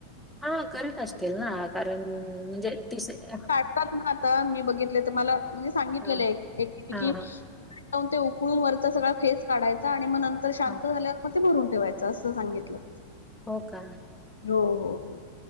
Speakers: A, in the centre; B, on the left.
A: हा करीत असतील ना कारण म्हणजे तिस आ.
B: तात ना आता मी बघितले तर मला म्हणजे सांगितलेलं
A: हा
B: एक एकीने की.
A: हा
B: ऊन ते उकळून वरचा सगळा फेस काढायचा आणि मग नंतर शांत
A: हा.
B: झाल्यावर पण ते भरून ठेवायचं असं सांगितलं.
A: हो का,
B: हो हो हो,